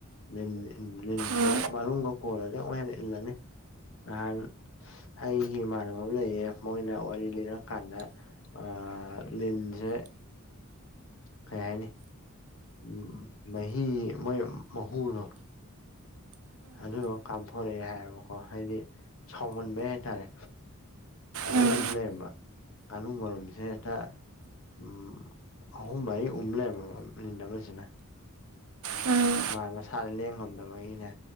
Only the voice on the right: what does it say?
ꯎꯝ
ꯎꯝ ꯎꯝ
ꯎꯝ